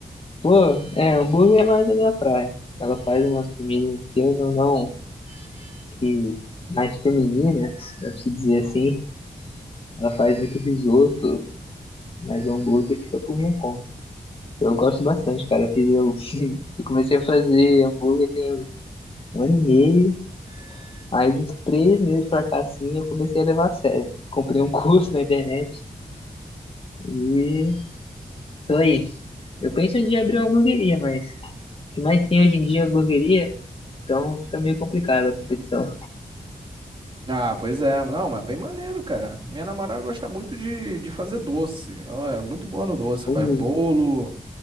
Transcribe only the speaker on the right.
Ah, pois é. Não, mas bem maneiro, cara. Minha namorada gosta muito de, de fazer doce. Ela é muito boa no doce.
Faz bolo,